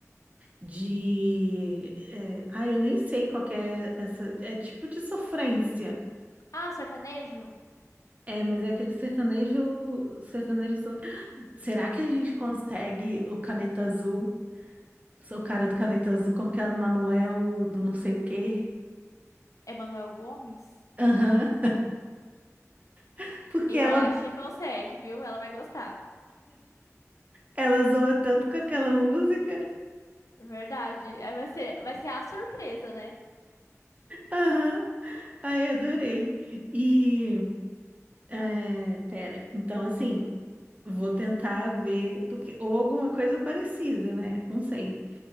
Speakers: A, on the right; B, on the left.
A: de é, ai, eu nem sei qual que é essa é tipo de sofrência.
B: Ah, sertanejo?
A: É, mas é aquele sertanejo sertanejo sof- Será que a gente consegue o Caneta Azul? O cara do Caneta Azul, como que é o Manuel do não sei o quê?
B: Emanuel Gomes?
A: Aham. <laughs> Porque
B: Eu
A: ela
B: acho que consegue, viu? Ela vai gostar.
A: ela zoa tanto com aquela música.
B: Verdade. Aí vai ser, vai ser a surpresa, né?
A: Aham. Ai, adorei. E, é, pera, então assim, vou tentar ver, porque, ou alguma coisa parecida, né? Não sei.